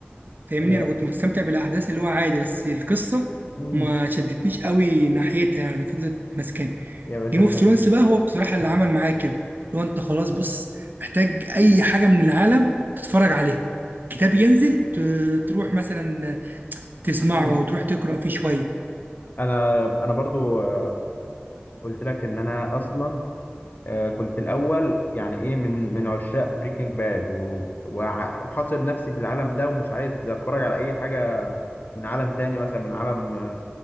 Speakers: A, on the right; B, on the left.
A: فاهمني
B: آه
A: انا كنت مستمتع بالاحداث اللي هو عادي بس القصه
B: مم.
A: ما شدتنيش قوي ناحيتها يعني فضلت ماسكاني
B: يا باشا
A: جيم
B: انت
A: اوف ثرونز بقى هو بصراحه اللي عمل معايا كده اللي هو انت خلاص بص محتاج اي حاجه من العالم تتفرج عليها كتاب ينزل ت- تروح مثلا تسمعه
B: مم.
A: او تروح تقرا فيه شويه
B: انا انا برضو آه قلت لك ان انا اصلا آه كنت الاول يعني ايه من من عشاق بريكنج باد و... وع- وحاصر نفسي في العالم ده ومش عايز اتفرج على اي حاجه من عالم تاني مثلا من عالم